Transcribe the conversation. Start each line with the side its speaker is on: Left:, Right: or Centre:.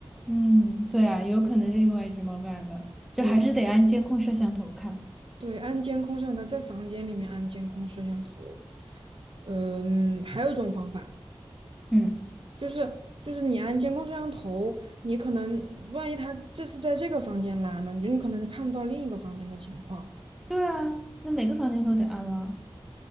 Centre: 嗯，对啊，有可能是另外一只猫干的，就还是得安监控摄像头看。
Right: 对对，安监控摄像头在房间里面安监控摄像头。嗯，还有一种方法
Centre: 嗯，
Right: 就是就是你安监控摄像头，你可能万一他这是在这个房间拉呢，你就你可能看不到另一个房间的情况。
Centre: 对啊，那每个房间都得安了。